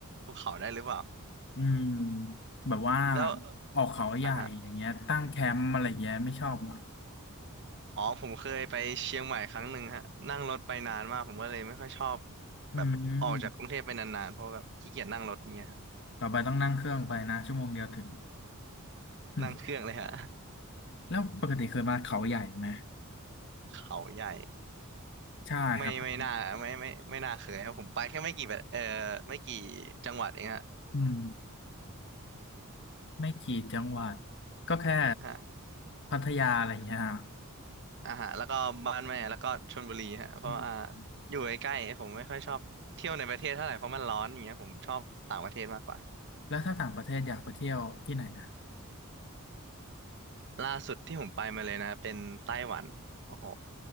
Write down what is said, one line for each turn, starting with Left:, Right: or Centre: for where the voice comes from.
Right: ภูเขาได้หรือเปล่า
Left: อืมแบบว่า
Right: แล้ว
Left: ออกเขาใหญ่อย่างเงี้ยตั้งแคมป์อะไรอย่างเงี้ยไม่ชอบเหรอ
Right: อ่า อ๋อผมเคยไปเชียงใหม่ครั้งหนึ่งฮะนั่งรถไปนานมากผมก็เลยไม่ค่อยชอบ
Left: อืม
Right: แบบออกจากกรุงเทพไปนานๆเพราะแบบขี้เกียจนั่งรถเนี้ยฮะ
Left: ต่อไปต้องนั่งเครื่องไปนะชั่วโมงเดียวถึง <laughs>
Right: นั่งเครื่องเลยฮะ
Left: แล้วปกติเคยมาเขาใหญ่ไหม
Right: <laughs> เขาใหญ่
Left: ใช่ครับ
Right: ไม่ไม่น่าไม่ไม่ไม่น่าเคยครับผมไปแค่ไม่กี่แบบเออไม่กี่จังหวัดเองฮะ
Left: อืมไม่กี่จังหวัดก็แค่
Right: ฮะ
Left: พัทยาอะไรอย่างเงี้ยฮะ
Right: อ่าฮะแล้วก็บ้านแม่แล้วก็ชลบุรีฮะเพราะอ่า
Left: อืม
Right: อยู่ใกล้ๆผมไม่ค่อยชอบเที่ยวในประเทศเท่าไหร่เพราะมันร้อนอย่างเงี้ยผมชอบต่างประเทศมากกว่า
Left: แล้วถ้าต่างประเทศอยากไปเที่ยวที่ไหนนะ
Right: ล่าสุดที่ผมไปมาเลยนะเป็นไต้หวันโอ้โห